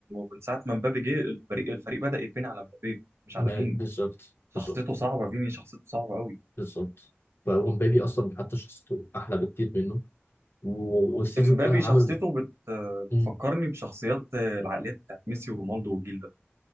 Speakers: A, on the right (about 85°); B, on the left (about 60°).
A: من ساعه ما مبابي جه الفريق الفريق بدا يتبني على مبابي مش
B: ب-
A: على فيني
B: بالظبط
A: شخصيته
B: بالظبط
A: صعبه فيني شخصيته صعبه قوي
B: بالظبط ومبابي اصلا حتى شخصيته احلى بكتير منه و- والسيزون
A: امبابي
B: ده عامل
A: شخصيته بت بتفكرني
B: مم،
A: بشخصيات العقليات بتاعت ميسي ورونالدو والجيل ده